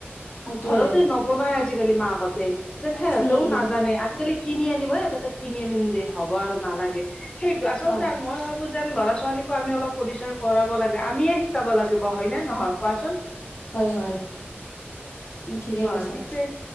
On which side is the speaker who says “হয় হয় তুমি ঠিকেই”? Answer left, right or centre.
Left